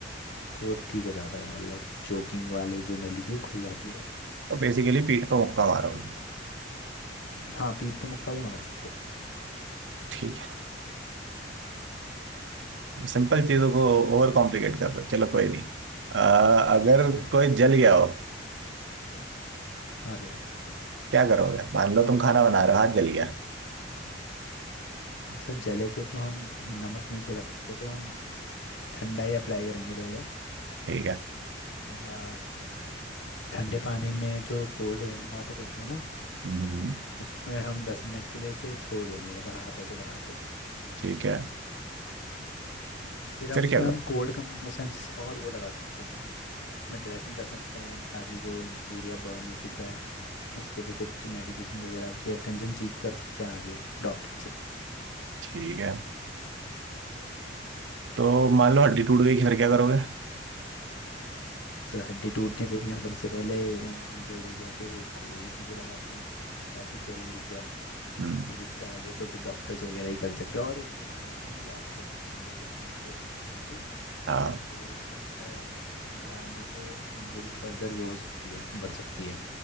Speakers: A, on the left; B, on the right.
A: तो वो ठीक हो जाता था मतलब चोकिंग वाली जो नली थी वो खुल जाती है
B: तो बेसिकली पीठ पे मुक्का मारोगे
A: हाँ पीठ पे मुक्का भी मार सकते हैं
B: ठीक है सिंपल चीजों को ओवर कॉम्प्लिकेट कर रहे हो चलो कोई नहीं अ, अगर
A: <laughs>
B: कोई जल गया हो
A: हाँ सर
B: क्या करोगे मान लो तुम खाना बना रहे हो हाथ जल गया
A: सर जले पे तो हम नमक नहीं छिड़क सकते तो हम ठंडा ही अप्लाई करेंगे पहले
B: ठीक है
A: आ, ठंडे पानी में जो कोल्ड रनिंग वाटर होता है ना
B: हम्म
A: उसमें हम दस मिनट के लिए उसे छोड़ देंगे मतलब हाथ ऐसे लगा के
B: ठीक है
A: फिर अब
B: फिर
A: उसमें
B: क्या करोगे
A: हम कोल्ड कंप्रेशंस और वो लगा सकते हैं उसमें ड्रेसिंग कर सकते हैं ताकि जो एरिया बर्न हो चुका है उसके लिए कुछ मेडिकेशन वगैरह की अटेंशन सीख कर सकते हैं आगे डॉक्टर से
B: ठीक है तो मान लो हड्डी टूट गई फिर क्या करोगे
A: सर हड्डी टूटने पे भी हम सबसे पहले इंजर्ड एरिया पे कोल्ड चीज़ें लगाते हैं ताकि स्वेलिंग रुक जाए
B: हम्म
A: फिर इससे आगे तो फिर डॉक्टर्स वगैरह ही कर सकते हैं और उस पोजीशन को हम लॉक कर सकते हैं जैसे कहीं पे हड्डी टूट गई
B: हाँ
A: तो उसको ज़्यादा हिलाने से इंजरी फर्दर वो हो सकती है बढ़ सकती है